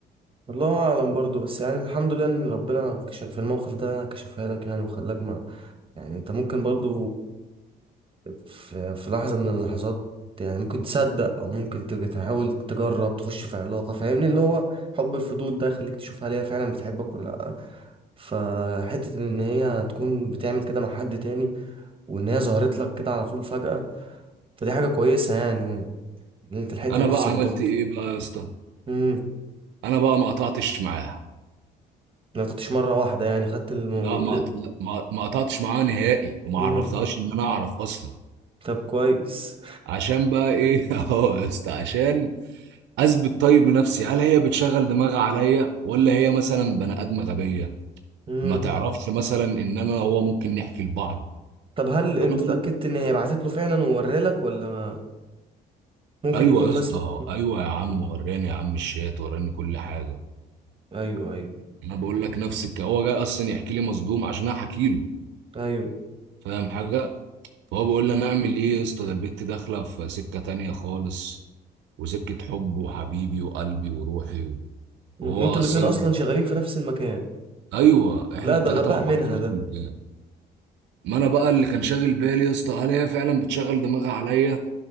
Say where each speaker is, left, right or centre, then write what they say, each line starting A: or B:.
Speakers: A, on the right; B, on the right.
A: والله اعلم برضه بس يعني الحمد لله ان ربنا كشف في الموقف ده كشفها لك يعني وخلاك ما يعني انت ممكن برضه في في لحظة من اللحظات يعني ممكن تصدق او ممكن تج- تحاول تجرب تخش في علاقة فاهمني اللي هو حب الفضول ده يخليك تشوف هل هي فعلا بتحبك ولا لا فحتة ان هي تكون بتعمل كده مع حد تاني وان هي ظهرت لك كده على طول فجأة فدي حاجة كويسة يعني ان انت لحقت
B: انا
A: نفسك
B: بقى عملت
A: برضه
B: ايه بقى يا اسطى
A: امم
B: انا بقى ما قطعتش معاها
A: ما تعطيش مرة واحدة يعني خدت الم...
B: لا ما
A: ل-
B: لا، ما ما قطعتش معاها نهائي وما
A: مم.
B: عرفتهاش ان انا اعرف اصلا
A: طب كويس
B: عشان بقى ايه <laughs> اهو يا اسطى عشان اثبت طيب بنفسي هل هي بتشغل دماغها عليا ولا هي مثلا بني ادم غبيه
A: امم
B: ما تعرفش مثلا ان انا هو ممكن نحكي لبعض
A: طب هل انت
B: انا برضو
A: اتأكدت ان هي بعتت له فعلا وورالك ولا ما ممكن
B: ايوه
A: يكون
B: يا اسطى
A: مثلا
B: ايوه يا عم وراني يا عم الشات وراني كل حاجه
A: ايوه ايوه
B: انا بقول لك نفس الك- هو جاي اصلا يحكي لي مصدوم عشان انا احكي له
A: ايوه
B: فاهم حاجه فهو بيقول لي انا اعمل ايه يا اسطى ده البت داخله في سكه تانية خالص وسكة حب وحبيبي وقلبي وروحي و...
A: م-
B: وهو
A: وانتوا
B: أصلا
A: الاتنين اصلا شغالين في نفس المكان
B: أيوه إحنا
A: لا
B: التلاتة
A: ده غباء
B: مع
A: منها
B: بعض في نفس
A: ده
B: المكان ما أنا بقى اللي كان شاغل بالي يا اسطى هل هي فعلا بتشغل دماغها عليا